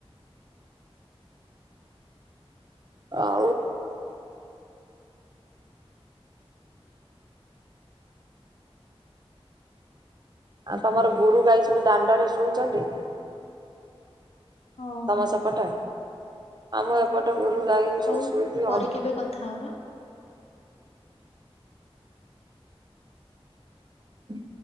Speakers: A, on the right; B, on the left.
A: ଆଉ ଆଉ ତମର ଗୋରୁ ଗାଈ ସବୁ ଦାଣ୍ଡରେ ଶୋଉଚନ୍ତି?
B: ଓହୋ
A: ତମର ସେପଟେ। ଆମ
B: ହଉ
A: ଏପଟେ ଗୋରୁ ଗାଈ
B: ହଉ
A: ସବୁ ଶୋଇକି
B: ପରେ
A: ହଁ।
B: କେବେ କଥା ହବା।
A: ହ୍